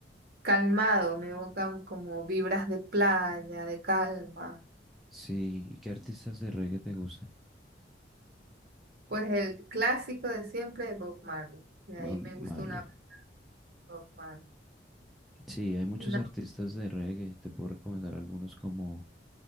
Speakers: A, on the right; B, in the centre.
A: calmado, me evocan como vibras de playa, de calma.
B: Sí, ¿y qué artistas de reggae te gustan?
A: Pues el clásico de siempre de Bob Marley. De
B: Bob
A: ahí me
B: Marley.
A: gusta una Bob Marley.
B: Sí, hay muchos
A: No,
B: artistas de reggae. Te puedo recomendar algunos como